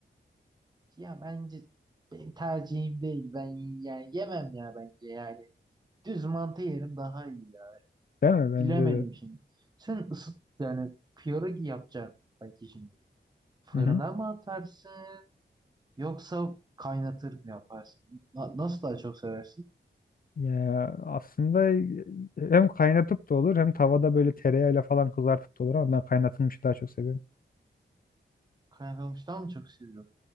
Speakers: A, on the right; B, on the left.
A: Ya bence benim tercihim değil. Ben yani yemem ya bence yani. Düz mantı yerim daha iyi ya.
B: Değil mi? Bence
A: Bilemedim
B: de.
A: şimdi. Sen ısıt yani pierogi yapacaksın belki şimdi. Fırına
B: Hı hı.
A: mı atarsın yoksa kaynatır mı yaparsın? Na- nasıl daha çok seversin?
B: Ya aslında e, hem kaynatıp da olur hem tavada böyle tereyağıyla falan kızartıp da olur ama ben kaynatılmışı daha çok seviyorum.
A: Kaynatılmıştan mı çok seviyorum?